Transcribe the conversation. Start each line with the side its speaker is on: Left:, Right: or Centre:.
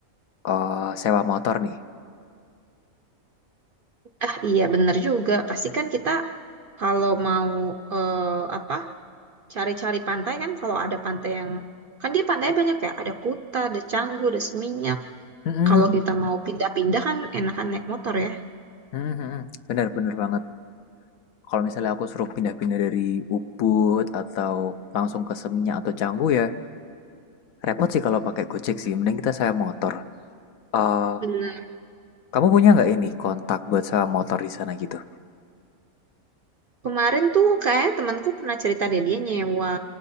Left: eh, sewa motor nih?
Right: Ah, iya bener juga. Pasti kan kita kalau mau eh, apa cari-cari pantai kan kalau ada pantai yang kan dia pantai banyak ya. Ada Kuta, ada Canggu, ada Seminyak.
Left: Mm-mm.
Right: Kalau kita mau pindah-pindah kan enakan naik motor ya.
Left: Mm-mm, Bener bener banget. Kalau misalnya aku suruh pindah-pindah dari Ubud atau langsung ke Seminyak atau Canggu ya repot sih kalau pakai Gojek sih. Mending kita sewa motor. Eh
Right: Bener.
Left: Kamu punya nggak ini kontak buat sewa motor di sana gitu?
Right: Kemarin tuh kayak temanku pernah cerita deh dia nyewa